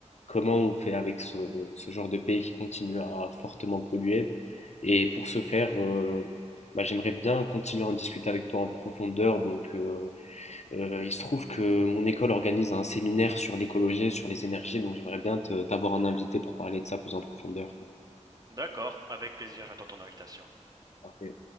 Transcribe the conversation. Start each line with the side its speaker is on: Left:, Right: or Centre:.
Left: comment on fait avec ce, ce, genre de pays qui continue à fortement polluer. Et pour ce faire, euh, bah, j'aimerais bien continuer à en discuter avec toi en profondeur. Donc, euh, euh, il se trouve que mon école organise un séminaire sur l'écologie, sur les énergies, donc j'aimerais bien te- t'avoir en invité pour parler de ça plus en profondeur.
Right: D'accord, avec plaisir, j'attends ton invitation.
Left: Parfait.